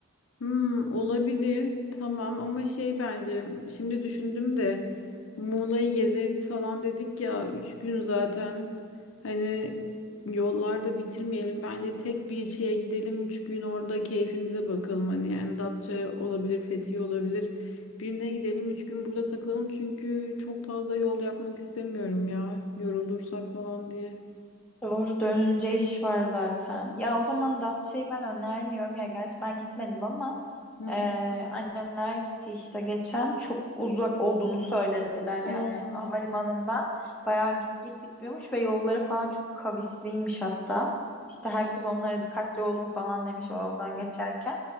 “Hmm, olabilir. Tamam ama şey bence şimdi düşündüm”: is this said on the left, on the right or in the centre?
Left